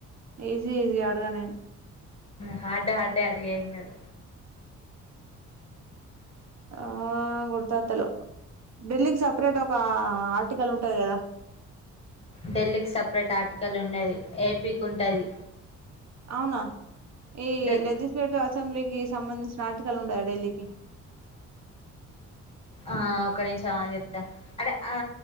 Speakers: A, on the right; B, on the left.
A: ఈజీ ఈజీ అడగా నేను
B: హార్ట హార్టే అడిగే ఏం కాదు
A: ఆ ముడుతాతలు ఢిల్లీకి సపరేట్ ఒక ఆర్టికల్ ఉంటది కదా
B: ఢిల్లీకి సపరేట్ ఆర్టికల్ ఉండది ఏపీకి ఉంటది
A: అవునా ఏ
B: డెల్
A: లెజిస్లేటివ్ అసెంబ్లీకి సంబంధించిన ఆర్టికల్ ఉండయా ఢిల్లీకి
B: ఆ ఒక్క నిమిషం అగు చెప్తా అంటే ఆ